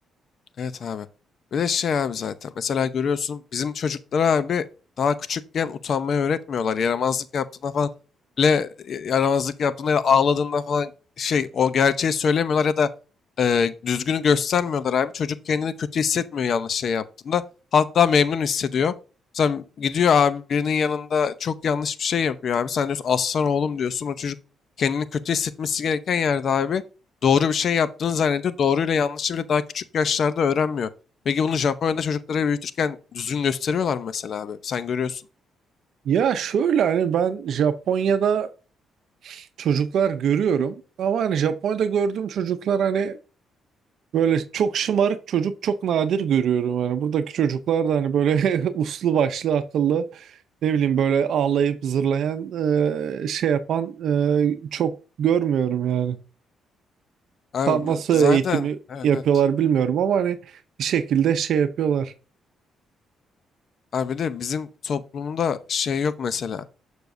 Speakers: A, on the left; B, on the right.
A: Evet abi. Bir de şey abi zaten. Mesela görüyorsun bizim çocuklara abi daha küçükken utanmayı öğretmiyorlar. Yaramazlık yaptığında falan bile e, yaramazlık yaptığında ya da ağladığında falan şey o gerçeği söylemiyorlar ya da e, düzgünü göstermiyorlar abi. Çocuk kendini kötü hissetmiyor yanlış şey yaptığında. Hatta memnun hissediyor. Mesela gidiyor abi birinin yanında çok yanlış bir şey yapıyor abi. Sen diyorsun aslan oğlum diyorsun. O çocuk kendini kötü hissetmesi gereken yerde abi doğru bir şey yaptığını zannediyor. Doğruyla yanlışı bile daha küçük yaşlarda öğrenmiyor. Peki bunu Japonya'da çocuklara büyütürken düzgün gösteriyorlar mı mesela abi? Sen görüyorsun.
B: Ya şöyle hani ben Japonya'da çocuklar görüyorum ama hani Japonya'da gördüğüm çocuklar hani böyle çok şımarık çocuk çok nadir görüyorum hani buradaki çocuklar da hani böyle <laughs> uslu başlı akıllı ne bileyim böyle ağlayıp zırlayan e, şey yapan e, çok görmüyorum yani
A: Abi
B: tam nasıl
A: zaten
B: eğitimi
A: evet
B: yapıyorlar
A: evet.
B: bilmiyorum ama hani bir şekilde şey yapıyorlar.
A: Abi bir de bizim toplumda şey yok mesela.